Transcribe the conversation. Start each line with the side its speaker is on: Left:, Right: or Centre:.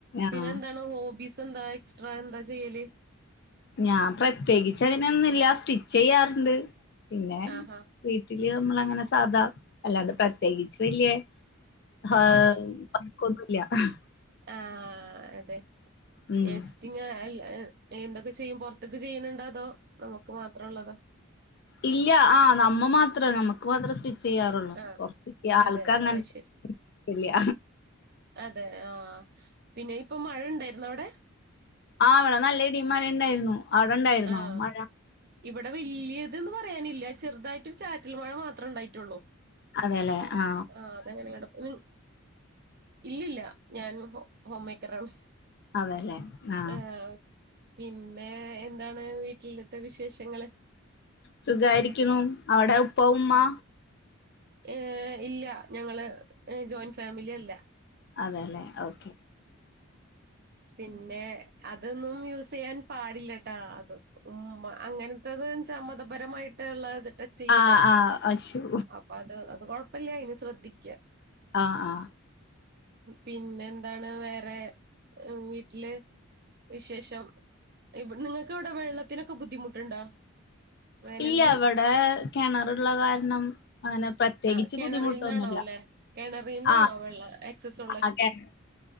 Left: ആഹ്
Right: പിന്നെ എന്താണ് ഹോബീസ് എന്താ എക്സ്ട്രാ എന്താ ചെയ്യല്
Left: ഞാൻ പ്രത്യേകിച്ച് അതിനൊന്നും ഇല്ല സ്റ്റിച്ച് ചെയ്യാറുണ്ട് പിന്നെ
Right: ആഹാ
Left: വീട്ടില് നമ്മള അങ്ങനെ സാധാ അല്ലാണ്ട് പ്രത്യേകിച്ച് വല്യ ആഹ
Right: ആഹ്
Left: കൊന്നില്ല <inaudible>
Right: ആ അതെ
Left: ഉം
Right: എസ് സ്റ്റിച്ചിങ് എന്തൊക്കെ ചെയ്യും പുറത്തിക്ക് ചെയ്യുന്നുണ്ടോ അതോ നമുക്ക് മാത്രം ഉള്ളതാ
Left: ഇല്ല ആ നമ്മ മാത്രം നമുക്ക് മാത്രം ചെയ്യാറുള്ളൂ
Right: ആഹ്
Left: പുറത്തേക്ക് ആൾക്കങ്ങനത്തെ
Right: അതെ അത് ശരി
Left: ഇല്ല്യ
Right: അതെ ആ പിന്നെ ഇപ്പൊ മഴ ഉണ്ടായിരുന്ന അവിടെ
Left: ആ ഇവിടെ നല്ല ഇടീം മഴ ഉണ്ടായിരുന്നു അവിടെണ്ടായിരുന്നോ
Right: ആഹ്
Left: മഴ
Right: ഇവിടെ വല്യതന്ന് പറയാനില്ല ചെറുതായിട്ട് ഒരു ചാറ്റൽ മഴ മാത്രം ഉണ്ടായിട്ടുള്ളൂ
Left: അങ്ങനെ ആ
Right: ആ അതങ്ങനെ കിടക്കും ഇല്ലില്ല ഞാൻ ഹോം മേക്കറാണ്
Left: അതെല്ലെ ആ
Right: ആ പിന്നെ എന്താണ് വീട്ടിലത്തെ വിശേഷങ്ങള്
Left: സുഖായിരിക്കണു അവിടെ ഉപ്പ ഉമ്മ
Right: ഏ ഇല്ല ഞങ്ങള് ജോയിന്റ് ഫാമിലിയല്ല
Left: അതെല്ലേ ഓക്കെ
Right: പിന്നെ അതൊന്നും യൂസ് ചെയ്യാൻ പാടില്ലട്ടാ അത് ഉ അങ്ങനത്ത തെന്ന് വെച്ചാ മതപരമായിട്ട് ട്ടുള്ള ഇത് ടച്ച് ചെയ്യൂലേ
Left: ആഹ് ആഹ് അശു
Right: അപ്പൊ അത് അത് കൊഴപ്പില്ല ഇനി ശ്രദ്ധിക്ക
Left: അ ആ
Right: പിന്നെ എന്താണ് വേറെ വീട്ടില് വിശേഷം നിങ്ങൾക്ക് ഇവിടെ വെള്ളത്തിനൊക്കെ ബുദ്ധിമുട്ടുണ്ടോ വേനലിന്
Left: ഇല്ല ഇവിടെ കിണറുള്ള കാരണം അങ്ങനെ പ്രത്യേകിച്ച്
Right: ആ കിണറിൽ
Left: ബുദ്ധിമുട്ടൊന്നുമില്ല
Right: നിന്നാണോ അല്ലെ കിണറിൽ നിന്നാണോ
Left: ആഹ്
Right: വെള്ള <unintelligible> ള്ളെ
Left: ആഹ് കിണ